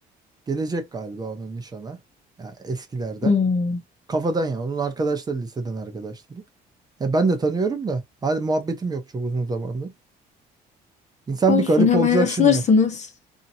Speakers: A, on the right (about 25°); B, on the left (about 45°).
A: gelecek galiba onun nişana. Yani eskilerden.
B: Hmm.
A: Kafadan ya. Onun arkadaşları liseden arkadaşları. Ya ben de tanıyorum da. Hadi muhabbetim yok çok uzun zamandır. İnsan
B: Olsun
A: bir garip
B: hemen
A: olacak
B: ısınırsınız.
A: şimdi.